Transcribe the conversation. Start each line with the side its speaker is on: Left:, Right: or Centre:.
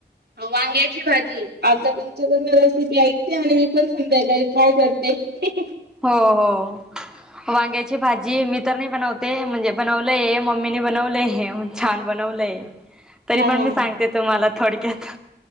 Right: वांग्याची भाजी, आता तुमच्याकडून रेसिपी ऐकते आणि मी पण संध्याकाळी ट्राय करते. <inaudible>
Centre: हो हो. वांग्याची भाजी मी तर नाही बनवते, म्हणजे बनवलंय मम्मीने बनवलंय छान बनव तरी
Right: हा
Centre: पण
Right: हा
Centre: मी सांगते तुम्हाला थोडक्यात.